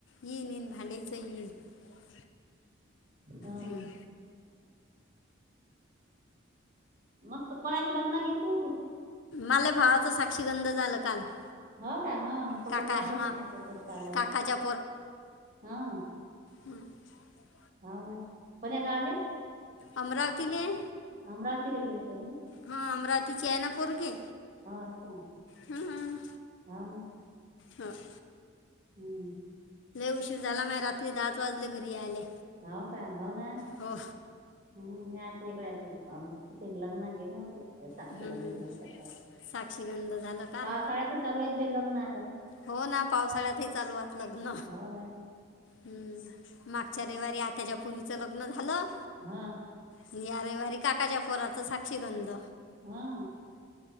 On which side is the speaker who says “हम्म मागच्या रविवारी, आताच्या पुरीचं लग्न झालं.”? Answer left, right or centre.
Left